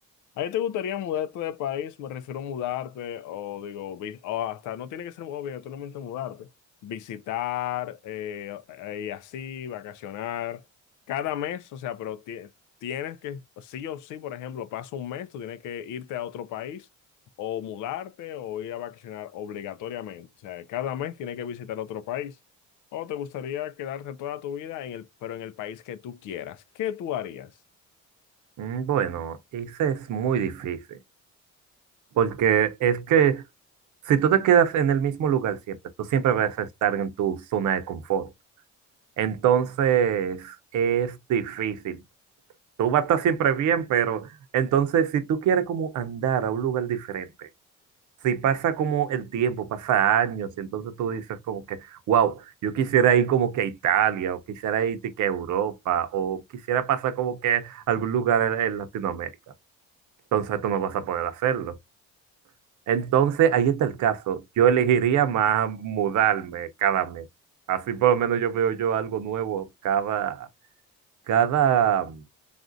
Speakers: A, on the left; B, on the right.
A: ¿A ti te gustaría mudarte de país? Me refiero a mudarte, o digo, vi- o hasta no tiene que ser obligatoriamente mudarte. Visitar, eh, eh, y así, vacacionar, cada mes, o sea, pero ti- tienes que, sí o sí, por ejemplo, pasa un mes, tú tienes que irte a otro país, o mudarte, o ir a vacacionar obligatoriamente. O sea, cada mes tienes que visitar otro país. O te gustaría quedarte toda tu vida en el, pero en el país que tú quieras. ¿Qué tú harías?
B: Mm, Bueno, ese es muy difícil. Porque es que si tú te quedas en el mismo lugar siempre, tú siempre vas a estar en tu zona de confort. Entonces es difícil. Tú vas a estar siempre bien, pero entonces si tú quieres como andar a un lugar diferente, si pasa como el tiempo, pasa años, y entonces tú dices como que, wow, yo quisiera ir como que a Italia, o quisiera ir de que a Europa, o quisiera pasar como que a algún lugar en, en Latinoamérica. Entonces tú no vas a poder hacerlo. Entonces ahí está el caso. Yo elegiría más mudarme cada mes. Así por lo menos yo veo yo algo nuevo cada cada, mm,